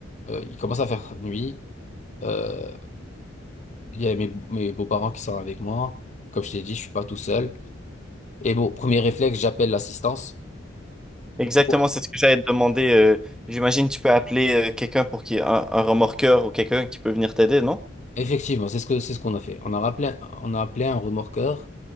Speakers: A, on the left; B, in the centre.
A: euh, il commence à faire nuit. Euh, il y a mes, mes beaux-parents qui sont avec moi. Comme je t'ai dit, je suis pas tout seul. Et bon, premier réflexe, j'appelle l'assistance.
B: Exactement,
A: pour-
B: c'est ce que j'allais te demander. euh, j'imagine que tu peux appeler euh, quelqu'un pour qui, un, un remorqueur ou quelqu'un qui peut venir t'aider, non?
A: Effectivement, c'est ce que, c'est ce qu'on a fait. On a rappelé, on a appelé un remorqueur